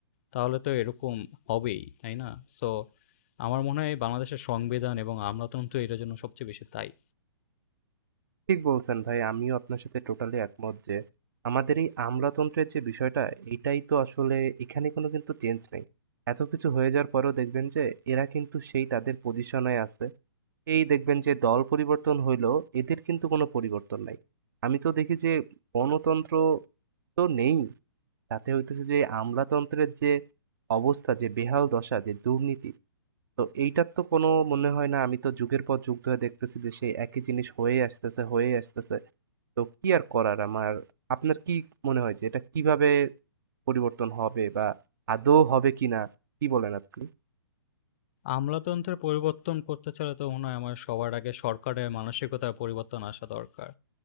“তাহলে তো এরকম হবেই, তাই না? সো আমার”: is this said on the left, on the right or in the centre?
Left